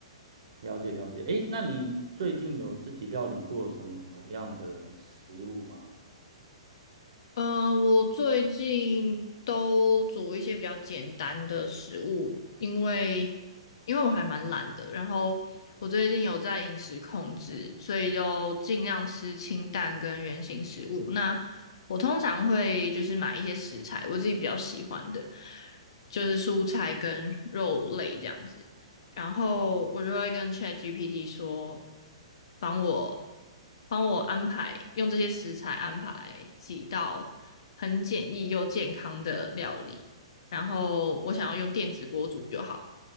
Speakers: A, on the right; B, on the left.
A: 了解了解。诶，那你最近有自己料理过什么样的食物吗？
B: 嗯，我最近都煮一些比较简单的食物，因为因为我还蛮懒的，然后我最近有在饮食控制，所以就尽量吃清淡跟原形食物。那我通常会就是买一些食材，我自己比较喜欢的，就是蔬菜跟肉类这样子。然后我就会跟 ChatGPT 说，帮我帮我安排，用这些食材安排几道很简易又健康的料理。然后我想要用电子锅煮就好，